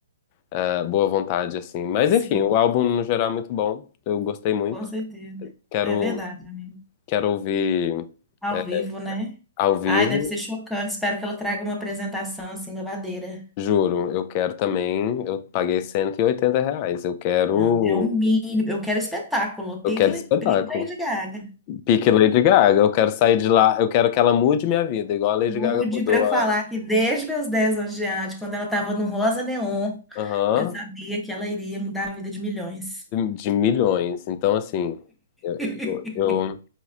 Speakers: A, on the left; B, in the centre.
A: eh, boa vontade, assim. Mas
B: Sim,
A: enfim, o álbum no geral é muito bom, eu gostei muito.
B: com certeza.
A: Quero,
B: É verdade, amiga.
A: quero ouvir
B: Ao
A: eh,
B: vivo, né?
A: ao vivo.
B: Ai, deve ser chocante. Espero que ela traga uma apresentação assim, babadeira.
A: Juro, eu quero também. Eu paguei 180 reais. Eu quero.
B: Não, é o mínimo. Eu quero espetáculo.
A: Eu
B: Pique,
A: quero espetáculo.
B: pique Lady Gaga.
A: Pique Lady Gaga. Eu quero sair de lá. Eu quero que ela mude minha vida, igual a Lady
B: Mude
A: Gaga mudou
B: para eu
A: a.
B: falar que desde meus 10 anos de idade, quando ela estava no Rosa Neon,
A: Aham.
B: eu sabia que ela iria mudar a vida de milhões.
A: de milhões. Então, assim. Eu,
B: <laughs>
A: eu, eu-